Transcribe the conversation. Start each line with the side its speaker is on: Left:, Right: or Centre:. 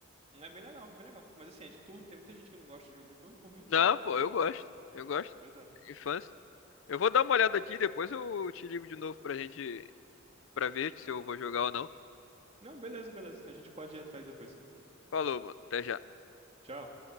Right: É bem legal, bem legal. Mas assim, é de turno, tem muita gente que não gosta de jogo de turno, por mim tá,
Left: Não, pô,
Right: tá ótimo.
Left: eu gosto, eu gosto.
Right: Pois é.
Left: Infância. Eu vou dar uma olhada aqui, depois eu te ligo de novo pra gente, pra ver se eu vou jogar ou não.
Right: Não, beleza, beleza. A gente pode ir atrás depois.
Left: Falou, mano, até já.
Right: Tchau.